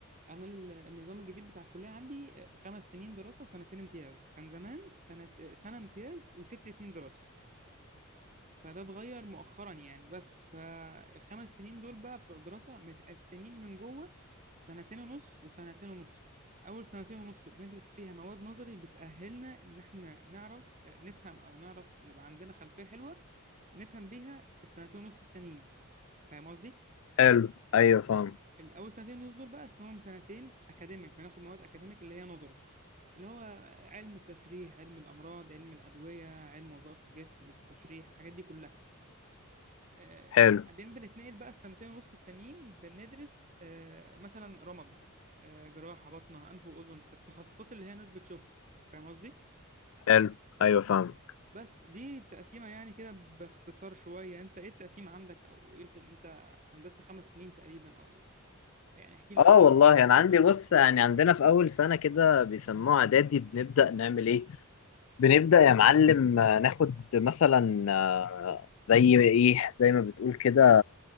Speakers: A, on the right; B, on the left.
A: انا ال- النظام الجديد بتاع الكليه عندي أه، خمس سنين دراسه وسنتين امتياز كان زمان سنه أه، سنه امتياز وست سنين دراسه فده اتغير مؤخرا يعني بس فالخمس سنين دول بقى بتوع دراسة متقسمين من جوه سنتين ونص وسنتين ونص أول سنتين ونص بندرس فيها مواد نظري بتأهلنا إن إحنا نعرف آه، نفهم أو نعرف نبقى عندنا خلفية حلوة نفهم بيها السنتين ونص التانيين فاهم قصدي؟
B: حلو ايوه فاهم
A: الأول سنتين ونص دول بقى اسمهم سنتين أكاديميك بناخد مواد أكاديميك اللي هي نظري اللي هو علم التشريح علم الأمراض علم الأدوية علم وظائف الجسم التشريح الحاجات دي كلها آه،
B: حلو
A: بعدين بنتنقل بقى السنتين ونص التانيين بندرس آه، مثلا رمد آه، جراحة بطنة أنف وأذن التخصصات اللي هي ناس بتشوفها فاهم قصدي؟
B: حلو ايوه فاهم
A: بس دي التقسيمة يعني كده باختصار شوية أنت إيه التقسيمة عندك أو إيه الخ- أنت هندسة خمس سنين تقريبا أو يعني احكي لي
B: اه
A: أكتر
B: والله
A: عن الحوارات
B: انا عندي بص
A: دي
B: يعني عندنا في اول سنه كده بيسموها اعدادي بنبدا نعمل ايه بنبدا يا معلم آه، ناخد مثلا آه، زي ايه زي ما بتقول كده